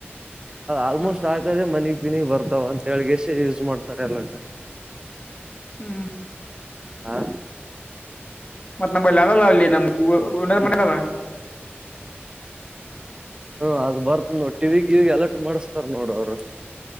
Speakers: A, on the right (about 20°); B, on the left (about 30°).
A: ಆಲ್ಮೋಸ್ಟ್
B: ಹ್ಮ್ ಹ್ಮ್
A: ಹಾಕದ್ರೆ ಮನ ಿನಿಗ್ ಬರ್ತಾವ ಅಂತ ಹೇಳಳ್ಗೆಸ ಯೂಸ್ ಮಾಡ್ತಾರೆ ಎಲ್ಲಂಟ
B: ಹ್ಮ್
A: ಹಾ
B: ಮತ್ತತ್ ನಮ್ಮಲ್ಲಿ ಅಲ್ಲ ಅಲ್ಲಿ ನಮ್ಗ
A: ಹ್ಮ
B: ಮನದಲ್ಲ
A: ಹಾ ಅದು್ ಬರ್ತ ನೋಡ್ ಟಿವಿಗ್ಿವಿ ಅಲರ್ಟ್ ಮಾಡಿಸ್ತಾರ ನೋಡ ಅವ್ರು